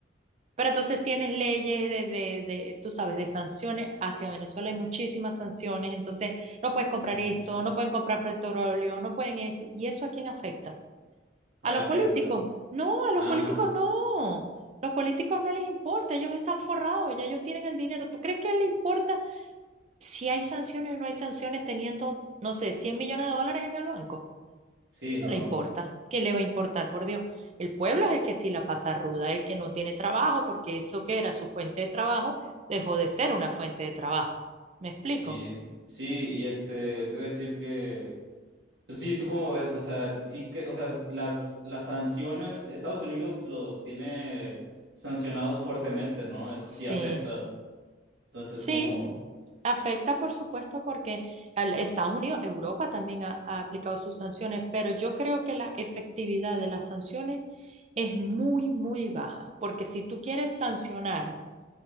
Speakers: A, on the right; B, on the right.
A: Pero entonces tienes leyes de, de, de, tú sabes, de sanciones hacia Venezuela, hay muchísimas sanciones, entonces no puedes comprar
B: Mm,
A: esto,
B: sí,
A: no pueden comprar petróleo, no pueden esto. ¿Y eso a quién afecta?
B: a
A: ¿A los
B: la
A: políticos?
B: gente.
A: No, a
B: Ah,
A: los políticos
B: no,
A: no. Los políticos no les importa, ellos están forrados, ya ellos tienen el dinero. ¿Tú crees que a él le importa si hay sanciones o no hay sanciones teniendo, no sé, 100 millones de dólares en el banco?
B: sí, no.
A: no le importa. ¿Qué le va a importar, por Dios? El pueblo es el que sí la pasa ruda, el que no tiene trabajo, porque eso que era su fuente de trabajo dejó de ser una fuente de trabajo. ¿Me explico?
B: Sí, sí, y este, te voy a decir que, pues sí, ¿tú cómo ves? O sea, sí que, o sea, las, las sanciones, Estados Unidos los tiene sancionados fuertemente, ¿no? Eso
A: Sí,
B: sí afecta. Entonces,
A: sí,
B: como,
A: afecta, por supuesto, porque al- Estados Unidos, Europa también ha, ha aplicado sus sanciones, pero yo creo que la efectividad de las sanciones es muy, muy baja, porque si tú quieres sancionar